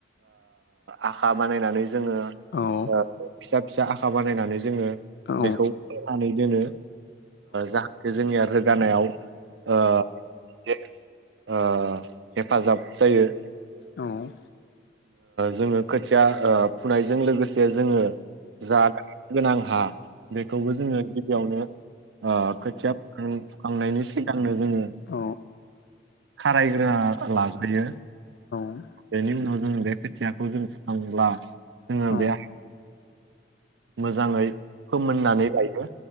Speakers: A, on the right (about 75°); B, on the left (about 60°).
A: आखा बानायनानै जोङो
B: औ
A: फिसा फिसा आखा बानायनानै जोङो
B: औ
A: बेखौ फनानै दोनो जा बे जोंनिया रोगानायाव ओ हेब हेफाजाब जायो।
B: औ
A: जोङो खोथिया फुनायजों लोगोसे जोङो जा गोनां हा बेखौबो जोङो गिबियावनो खोथिया फख फुखांनायनि सिगांनो जोङो
B: औ
A: खारायग्रोना लाजायो।
B: औ
A: बेनि उनाव जों बे खोथियाखौ जों थांब्ला जोङो
B: औ
A: बे मोजाङै फोमोननानै लायो